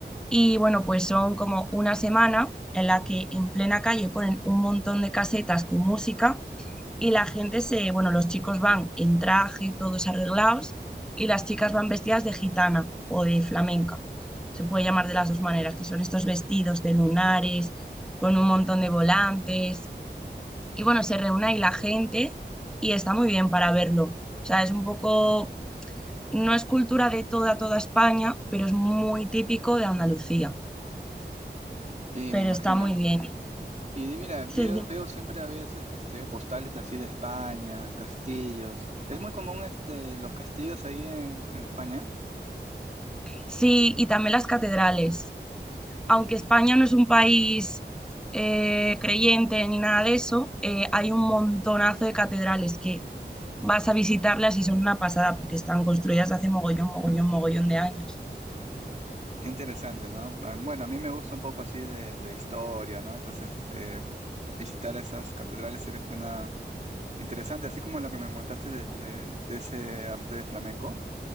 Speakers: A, in the centre; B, on the right (about 40°).
A: y bueno, pues son como una semana en la que en plena calle ponen un montón de casetas con música y la gente se, bueno, los chicos van en traje, todos arreglados, y las chicas van vestidas de gitana o de flamenca. Se puede llamar de las dos maneras, que son estos vestidos de lunares, con un montón de volantes. Y bueno, se reúne ahí la gente y está muy bien para verlo. O sea, es un poco, no es cultura de toda, toda España, pero es muy típico de Andalucía.
B: Sí,
A: Pero
B: me imagino.
A: está muy bien.
B: Y di- mira, veo,
A: Sí, dime.
B: veo siempre a veces este, postales así de España, castillos. Es muy común este, los castillos ahí en, en España.
A: Sí, y también las catedrales. aunque España no es un país eh, creyente ni nada de eso, eh, hay un montonazo de catedrales que vas a visitarlas y son una pasada porque están construidas hace mogollón, mogollón, mogollón de años.
B: Qué interesante, ¿no? Ah, Bueno, a mí me gusta un poco así de, de historia, ¿no? Entonces, eh, visitar esas catedrales sería- suena Interesante, así como lo que me contaste del- de, de ese arte de flamenco.